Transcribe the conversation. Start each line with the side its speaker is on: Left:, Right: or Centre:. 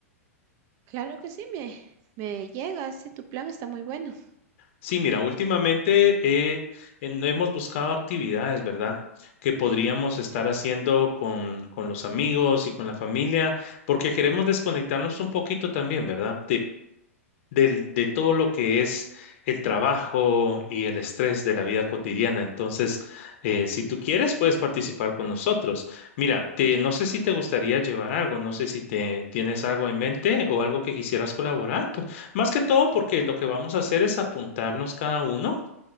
Right: claro que sí, me, me llega. Ese tu plan está muy bueno.
Left: Sí, mira, últimamente eh, en- hemos buscado actividades, ¿verdad? Que podríamos estar haciendo con, con los amigos y con la familia, porque queremos desconectarnos un poquito también, ¿verdad? del- de todo lo que es el trabajo y el estrés de la vida cotidiana. Entonces, eh, si tú quieres, puedes participar con nosotros. Mira, te, no sé si te gustaría llevar algo, no sé si te tienes algo en mente o algo que quisieras colaborar. Pues, más que todo, porque lo que vamos a hacer es apuntarnos cada uno